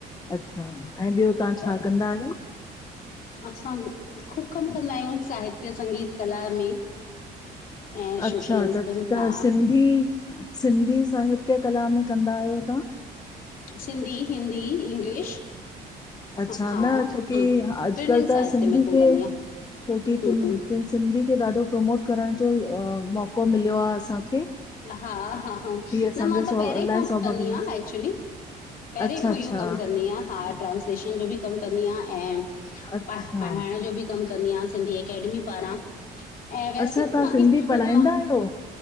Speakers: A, on the left; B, on the left.
A: अच्छा ऐं ॿियो तहां छा
B: त
A: कंदा आहियो?
B: असां ख़ूब कमु कंदा आहियूं साहित्य, संगीत कला में। ऐं
A: अच्छा
B: सोशलिज़म,
A: त त
B: हा
A: सिंधी सिंधी साहित्य कला में कंदा आहियो तां?
B: सिंधी, हिंदी, इंग्लिश।
A: अच्छा
B: हा
A: न छोकि
B: हम्म
A: अॼुकल्ह
B: टिनिनि
A: त
B: साहित्य
A: सिंधी
B: में कमु
A: खे
B: कंदी आहियां
A: छोकित
B: हम्म
A: सिंधी खे ॾाढो प्रमोट करण जो ई मौक़ो मको मिलियो आ असांखे।
B: हा हा हा,
A: ही असांजे
B: न मां त
A: सौ
B: पहिरयों
A: इलाही
B: ई खां
A: सौभाग्य
B: कंदी आहियां
A: आहे।
B: एक्चुली। पहिरें
A: अच्छा
B: खां
A: अच्छा
B: इहो कमु कंदी आहियां, हा। ट्रांस्लेशन जो बि कमु कंदी आहियां ऐं
A: अच्छा
B: प पढ़ाइण जो बि कमु कंदी आहियां, सिंधी अकेडमी पारां, ऐं वैसे
A: अच्छा
B: बि
A: तव्हां
B: मूंखे
A: सिंधी पढ़ाईंदा
B: मां
A: आहियो